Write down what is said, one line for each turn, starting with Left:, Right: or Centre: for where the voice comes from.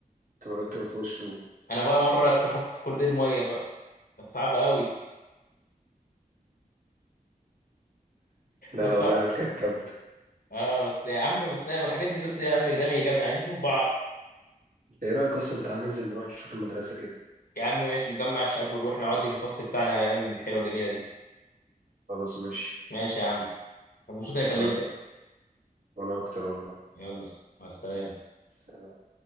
Right: كنت بنط من فوق السور
Left: انا بقى مره اتكهربت في كولدير ميه بقى كانت صعبه قوي
Right: لا
Left: كانت
Right: لا
Left: صعبه
Right: والله ايام كانت جامده
Left: اه بس يا عم بس انا الحاجات دي بس يا عم دماغي جابنا عايزين نشوف بعض
Right: انت ايه رايك اصلا تعالى ننزل نروح نشوف المدرسه كده
Left: يا عم ماشي نجمع الشباب ونروح نقعد في الفصل بتاعنا ايام الحلوه الجميله دي
Right: خلاص ماشي
Left: ماشي يا عم أنا مبسوط اني
Right: اتفقنا
Left: كلمتك
Right: وانا اكتر والله
Left: يلا مع السلامه
Right: سلام.